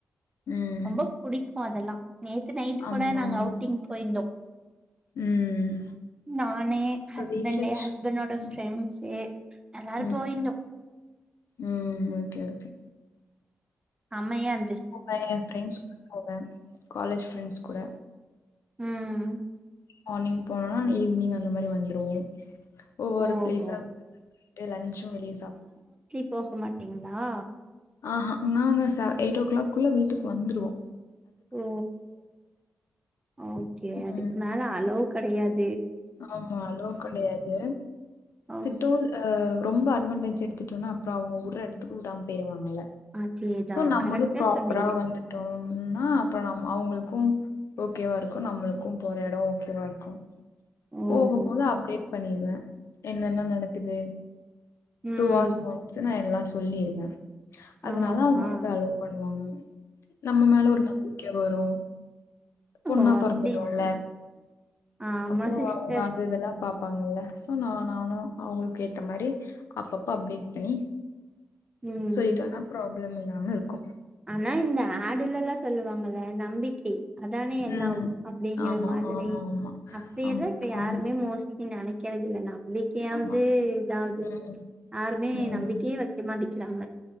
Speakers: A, on the left; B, on the right.
A: ம்.
B: ரொம்ப புடிக் போ அதெல்லா நேத்து நைட்டு்
A: ஆமாம்.
B: கூட நாங் அவ்ட்டிங் போயிந்தோ
A: ம்.
B: நானே
A: இப்ப
B: ஹஸ்பண்டே
A: வீட்ல சு
B: ஹஸ்பண்டோட ஃப்ரெண்ஸே
A: ம்.
B: எல்லாரு
A: ம்.
B: போயிந்தோ
A: ம் ஓகே ஓகே
B: அம்மையன்
A: கூப்ட்டா என் ஃப்ரெண்ஸ் போவே காலேஜ் ஃப்ரெண்ஸ் கூட
B: ம்
A: மார்னிங் போனோனா ஈவிஅனிங் அந்த மாரி வந்துருவோ ஒவ்வொரு
B: ஓஹோ
A: ப்ளேஸா ட்டு லன்ச்சு வெளியே சாப்
B: போஹ மாட்டீங்ளா
A: ஆஹா நாங்க ச எய்ட் ஓ க்ளாக் குள்ள வீட்டுக் வந்துருவோ
B: ஓ ஓகே அதுக்கு
A: ம்.
B: மேல அளோ கடையாத்
A: ஆமா அளோ கடையாது
B: ஆ
A: திட்டூன் அ ரொம்பாட் வான்டேஜ் எடுத்துட்டோன்னா அப்றோ அவுங்க உர்ற எடத்துக்கு உடாம் பேய்ருவாங்கல்ல
B: அதேதா
A: சோ நம்மளு
B: கரெக்டா
A: ப்ராப்பரா
B: சொன்னீங்க
A: வந்துட்டோம்னா அப்ற நாம் அவ்ங்குள்க்கு ஓகேவா ருக்கு நம்மளுக்கு போற எடோ ஓகேவா இர்க்கு
B: ஓஹோ
A: போகும்போது அப்டேட் பண்ணீர்வே என்னன்னா நடக்குது
B: ம்
A: டூ ஆஸ் வன்சு நா எல்லாஸ் சொல்லிருங்க அதனால
B: ஆஹா
A: அவுங்க வந்து அலோ பண்ணுவாங்க நம்ம மேல ஒரு நம்பிக்க வரு
B: அம்மாமா
A: பொண்ணா பொறந்துட்டோல்ல
B: ப்ளீஸ்ங்து, ஆமா
A: அப்போ
B: சிஸ்டர்
A: அவுங்க அது இதெல்லா பாப்பாங்கல்ல சோ நா நானு அவுங்களுக்கு ஏத்த மாறி அப்பப்ப அப்டேட் பண்ணி
B: ம்
A: சொல்லிட்டனா ப்ரா ப்ளம் இல்லாம இருக்கு
B: ஆனா இந்த ஆடுலெல்லா சொல்லுவாங்கல்ல நம்பிக்கை அதானே எல்லாம்
A: ம்
B: அப்டிங்கிற
A: ஆமா
B: மாதிரி
A: ஆமா ஆமா
B: அப்டியெல்லா
A: ஆமா
B: இப்ப யாருமே
A: ஆம்
B: மோஸ் நீ நெனைக்கிறது இல்ல ந ம்பிக்கையாவது
A: ஆமா
B: இதாவது
A: ம்
B: யாருமே நம்பிக்கையே
A: ம்
B: வைக்க மாட்டிங் கிறாங்க